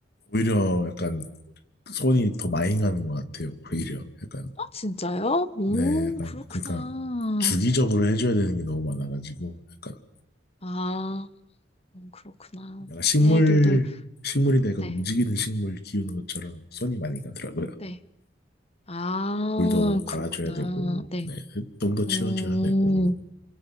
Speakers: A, on the left; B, on the left.
A: 오히려 약간 손이 더 많이 가는 것 같아요, 오히려. 약간,
B: 어, 진짜요? 음,
A: 네, 약간,
B: 그렇구나.
A: 그러니까, 주기적으로 해줘야 되는 게 너무 많아가지고, 약간,
B: 아, 음, 그렇구나.
A: 약간 식물,
B: 애들도,
A: 식물이 내가
B: 네.
A: 움직이는 식물 키우는 것처럼 손이 많이 가더라고요.
B: 네. 아,
A: 물도
B: 그렇구나.
A: 갈아줘야 되고,
B: 네.
A: 네, 똥도 치워줘야
B: 음,
A: 되고, 뭐,